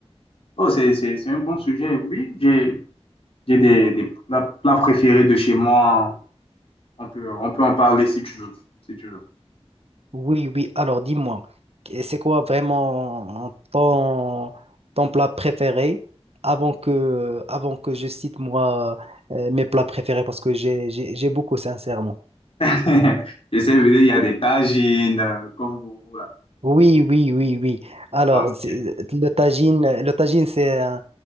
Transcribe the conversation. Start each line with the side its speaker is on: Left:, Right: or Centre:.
Left: Oh, c'est, c'est, c'est un bon sujet. Oui, j'ai, j'ai des, des plats, plats préférés de chez moi. On peut, on peut en parler si tu veux, si tu veux.
Right: Oui, oui. Alors, dis-moi, que- c'est quoi vraiment ton, ton plat préféré avant que, avant que je cite moi euh, mes plats préférés parce que j'ai, j'ai, j'ai beaucoup, sincèrement.
Left: <laughs> Je sais, il y a des tagines, euh, comme vous, voilà.
Right: Oui, oui, oui, oui. Alors,
Left: Ah,
Right: c'est-
Left: ok.
Right: le tagine, le tagine, c'est un,